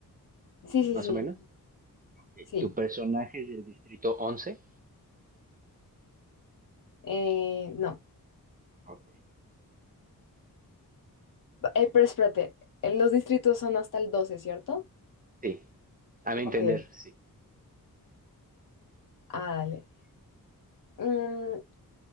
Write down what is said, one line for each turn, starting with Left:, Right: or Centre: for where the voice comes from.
Left: Sí, sí,
Right: más
Left: sí,
Right: o menos? Ok.
Left: sí.
Right: ¿Tu personaje es del distrito once
Left: Eh, no,
Right: Ok.
Left: Eh, pero espérate, eh, los distritos son hasta el doce ¿cierto?
Right: Sí. A mi entender,
Left: Ok, ok.
Right: sí.
Left: Ah, dale. Mm,